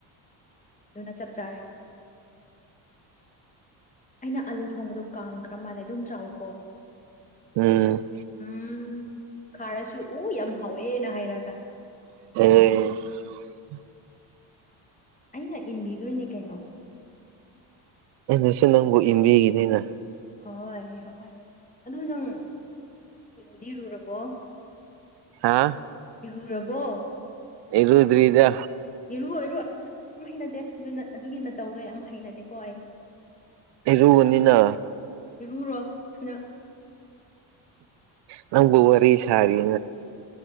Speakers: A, on the left (about 15°); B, on the right (about 60°).
A: ꯑꯗꯨꯅ ꯆꯞ ꯆꯥꯔꯦ ꯑꯩꯅ ꯑꯂꯨ ꯊꯣꯡꯕꯗꯣ ꯀꯥꯡꯈ꯭ꯔ ꯃꯥꯜꯂꯦ ꯑꯗꯨꯝ ꯆꯥꯎꯀꯣ
B: ꯎꯝ
A: ꯎꯝ ꯈꯥꯔꯁꯨ ꯎ ꯌꯥꯝ ꯍꯥꯎꯋꯦꯅ ꯍꯥꯏꯔꯒ
B: ꯑꯦ
A: ꯑꯩꯅ ꯏꯟꯕꯤꯗꯣꯏꯅꯦ ꯀꯩꯅꯣ
B: ꯑ ꯁꯤ ꯅꯪꯕꯨ ꯏꯟꯕꯤꯒꯤꯅꯤꯅ
A: ꯍꯣꯏ ꯍꯣꯏ ꯑꯗꯨ ꯅꯪ ꯏꯔꯨꯗꯤꯔꯨꯔꯕꯣ
B: ꯍꯥ
A: ꯏꯔꯨꯔꯕꯣ
B: ꯏꯔꯨꯗ꯭ꯔꯤꯗ
A: ꯏꯔꯨ ꯏꯔꯨ ꯌꯥꯝ ꯍꯩꯅꯗꯦ ꯑꯗꯨꯅ ꯑꯗꯨꯒꯤ ꯅꯠꯇꯧꯗꯣ ꯌꯥꯝ ꯍꯩꯅꯗꯦꯀꯣ ꯑꯩ
B: ꯏꯔꯨꯕꯅꯤꯅ
A: ꯏꯔꯨꯔꯣ ꯊꯨꯅ
B: ꯅꯪꯕꯨ ꯋꯥꯔꯤ ꯁꯥꯔꯤ